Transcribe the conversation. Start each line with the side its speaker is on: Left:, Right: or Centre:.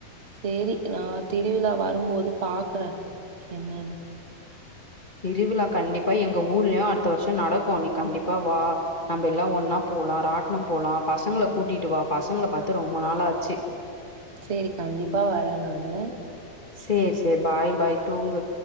Right: சேரி நான் திருவிழா வரும்போது பாக்குறேன் என்னன்னு
Left: திருவிழா கண்டிப்பா எங்க ஊர்லயும் அடுத்த வருஷம் நடக்கும் நீ கண்டிப்பா வா நம்ம எல்லாம் ஒன்னா போலாம் ராட்டனும் போலாம் பசங்கள கூட்டிட்டு வா பசங்கள பாத்து ரொம்ப நாள் ஆச்சு
Right: செரி கண்டிப்பா வரேன் நானு
Left: சேரி சேரி பாய் பாய் தூங்கு